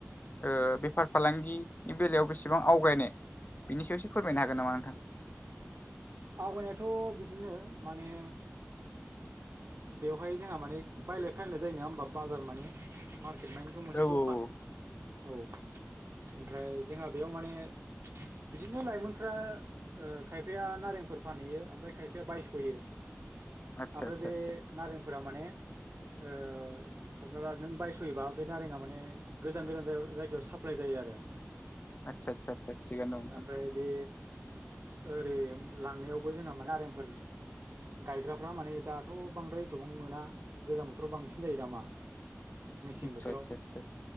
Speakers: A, on the left; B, on the right.
A: ओ बेफार फालांगिनि बेलायाव बेसेबां आवगायनाय बिनि सायावसो फोरमायनो हागोन नामा नोंथां?
B: आवगायनायाथ' बिदिनो माने बेवहाय जोंहा माने बायलाय फायलाय जायो नङा होमबा बाजार माने मार मोनसे
A: औ औ
B: दखान औ- ओमफ्राय जोंहा बेयाव माने बिदिनो लाइमोनफ्रा ओ- खायफाया नारेंफोर फानहैयो ओमफ्राय खायफाया बायस'यो
A: आतसा-
B: ओमफ्राय बे
A: आतसा
B: नारेंफोरा माने ओ- हमनाला नों बायस'योबा बे नारेंआ माने गोजान गोजान जायगायाव साप्लाय जायो। आरो
A: आदसा आ- आ- थिगानो दं नोंथां
B: ओमफ्राय बे ओरै लांनायावबो जोंहा माने आरेंफोर गायग्राफ्रा माने दा- थ' बांद्राय एथ'बां मोना गोजां बोथोराव बांसिन जायो दामा मेसें
A: आदसा
B: बोथोराव
A: आदसा